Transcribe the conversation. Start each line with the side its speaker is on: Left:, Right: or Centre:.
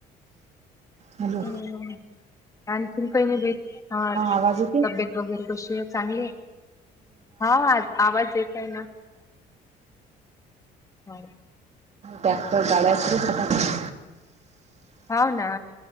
Right: हॅलो
Left: हो आणखीन काही नाही बाई, हा
Right: आवाज येते
Left: तब्यात वगैरे कशी आहे? चांगली ए, हा हा आवाज येतो काय ना हा
Right: ट्रक्टर काढायचं सुतारला??
Left: हा ना